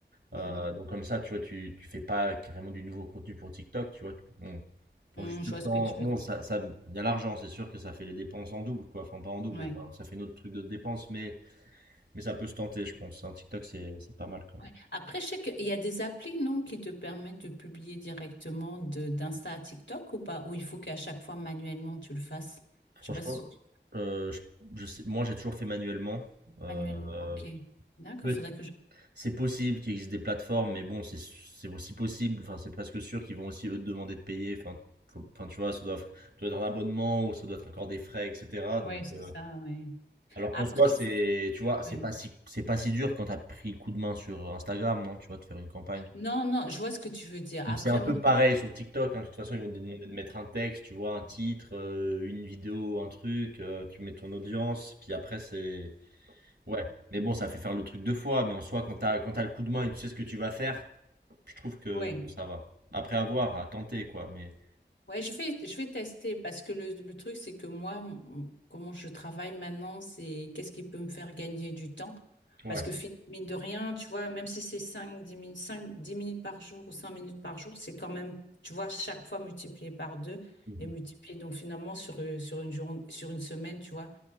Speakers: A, on the left; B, on the right.
A: Mhm.
B: Euh, donc comme ça, tu vois, tu, tu fais pas carrément du nouveau contenu pour TikTok, tu vois. tu- Bon, prends
A: Mhm,
B: juste
A: je
B: le
A: vois
B: temps.
A: ce que tu
B: Bon,
A: veux dire.
B: ça, ça, il y a l'argent, c'est sûr que ça fait les dépenses en double, quoi. Enfin, pas en double,
A: Oui.
B: mais enfin, ça fait notre truc de dépenses, mais, mais ça peut se tenter, je pense. Un TikTok, c'est, c'est pas mal quand même.
A: Ouais. Après, je sais qu'il y a des applis, non, qui te permettent de publier directement de d'Insta à TikTok ou pas? Ou il faut qu'à chaque fois manuellement tu le fasses?
B: Franchement,
A: Je sais pas si tu...
B: euh, je, je sais, moi, j'ai toujours fait manuellement. Euh,
A: manuellement. Ok. D'accord,
B: peut-
A: faudrait que je.
B: c'est possible qu'il existe des plateformes, mais bon, c'est, c'est aussi possible. Enfin, c'est presque sûr qu'ils vont aussi eux te demander de payer. Enfin, faut- enfin, tu vois, ça doit, ça doit être un abonnement ou ça doit être encore des frais, etc. Donc
A: Oui, c'est
B: euh,
A: ça, oui.
B: Alors
A: Après,
B: qu'en soi, c'est, tu vois, c'est
A: oui.
B: pas si, c'est pas si dur quand t'as pris coup de main sur Instagram, non, tu vois, de faire une campagne.
A: Non, non, je vois ce que tu veux dire.
B: Donc
A: Après,
B: c'est un
A: moi.
B: peu pareil sur TikTok, hein. De toute façon, ils vont te demander de mettre un texte, tu vois, un titre, euh, une vidéo, un truc, euh, tu mets ton audience, puis après c'est, ouais. Mais bon, ça fait faire le truc deux fois, mais en soi, quand t'as, quand t'as le coup de main et tu sais ce que tu vas faire, je trouve que
A: Oui.
B: ça va. Après avoir, à voir, à tenter, quoi, mais.
A: Ouais, je vais, je vais tester parce que le, le truc, c'est que moi, m- comment je travaille maintenant, c'est qu'est-ce qui peut me faire gagner du temps?
B: Ouais.
A: Parce que fin mine de rien, tu vois, même si c'est cinq dix minutes, 5 10 minutes par jour ou 5 minutes par jour, c'est quand même, tu vois, chaque fois multiplié par deux
B: Mhm.
A: et multiplié. Donc finalement, sur, euh, sur une journée, sur une semaine, tu vois,